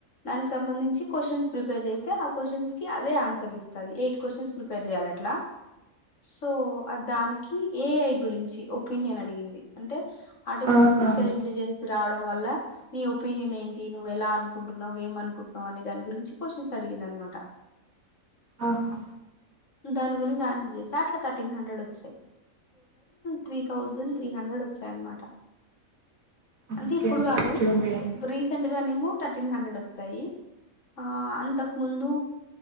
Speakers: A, on the left; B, on the right.
A: దానికి సంబంధించి క్వశ్చన్ స్ ప్రిపేర్ చేస్తే ఆ క్వశ్చన్స్ కి అదే ఆన్సర్లు ఇస్తాది ఎయిట్ క్వశ్చన్స్ ప్రిపేర్ చేయాల అట్లా సో దానికి ఏఐ గురించి చి ఒనియన్ అడిగింది అంటే ఆర్టిఫిషల్
B: ఆహా
A: ఇంటెలిజెన్స్ రావడం వల్ల నీ ఒపీనియన్ ఏంటి నువ్వు ఎలా అనుకుంటున్నావ్ ఏమ్ అనుకుంటున్నావు అనే దాని గురించి క్వశ్చన్స్ అడిగి గింది అన్మట
B: ఆహా
A: దాని గురించి ఆన్సర్ చేసాఅట్లా థర్టీన్ హండ్రెడ్ వచ్చాయి త్రీ థౌజండ్ త్రీ హండ్రెడ్ వచ్చాయన మాట
B: ఇంకేంటి
A: అంటే ఇప్పుడు కాదు
B: మంచిగుందిగా
A: రీసెంట్ గానేమో థర్టీన్ హండ్రెడ్ వచ్చాయి ఆ అంతకు ముందు